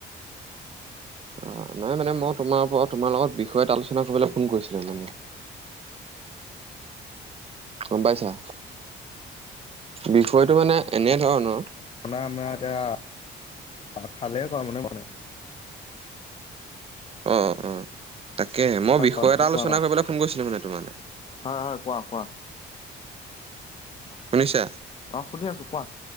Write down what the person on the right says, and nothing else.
অ নহয় মানে মই তোমাৰ পৰা তোমাৰ লগত বিষয় এটা আলোচনা কৰিবলৈ ফোন কৰিছিলো মানে গম পাইছা বিষয়টো মানে এনে ধৰণৰ
অ অ তাকে মই
বিষয়
এটা
আলোচনা
কৰিবলৈ ফোন কৰিছিলো মানে তোমালৈ
শুনিছা